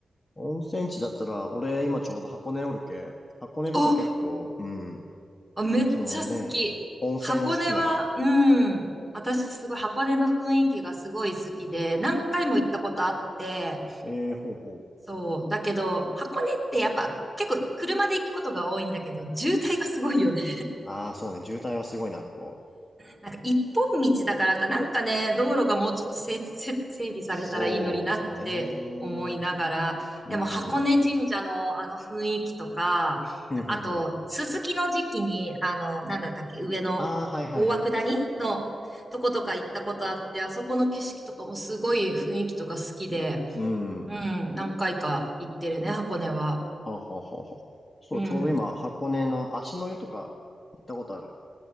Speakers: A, on the left; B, in the centre.
A: 温泉地だったら、俺今ちょうど箱根おるけ、箱根とか結構、
B: お、
A: うん。
B: あめっちゃ好き。
A: そのね、温泉好きなら、
B: 箱根は、うん、私すごい箱根の雰囲気がすごい好きで、何回も行ったことあって、
A: ええほうほう。
B: そう、だけど、箱根ってやっぱ結構車で行くことが多いんだけど、渋滞がすごいよね。
A: ああ、そうね、渋滞はすごいな、こう。
B: なんか一本道だからか、なんかね、道路がもうちょっと整整整備されたらいいのになって思いながら、
A: そうね。うん。
B: でも箱根神社のあの雰囲気とか、
A: ふんふんふん。
B: あと、すすきの時期に、あの、なんだったっけ、上の大涌谷のとことか行ったことあって、
A: ああ、はいはいはい。
B: あそこの景色とかもすごい雰囲気とか好きで、
A: うん。
B: うん、何回か行ってるね、箱根は。
A: はあはあはあはあ。そう、
B: うん、
A: ちょうど今、箱根の足の湯とか行ったことある。